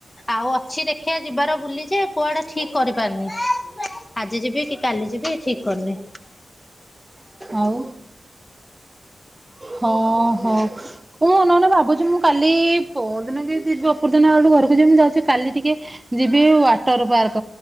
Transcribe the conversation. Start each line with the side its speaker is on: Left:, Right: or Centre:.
Left: ଆଉ ଅଛି ଦେଖିବା ଯିବାର ବୁଲି ଯେ କୁଆଆଡେ ଠିକ୍ କରିପାରନି ଆଜି ଯିବି କି କାଲି ଯିବି ଠିକ କରିନି
Right: ଆଉ ହଁ ହୋ ମୁଁ ଅନନେ ମନେ ଭାବୁଛି ମୁଁ କାଲି ପଉ ଦିନ କେ ଯିବି ଓପଦିନ ଆଉ ଘରକୁ ଯମିତି ଯାଉଛି କଲି ଟିକେ ଯିବ ୱାଟର ପାର୍କ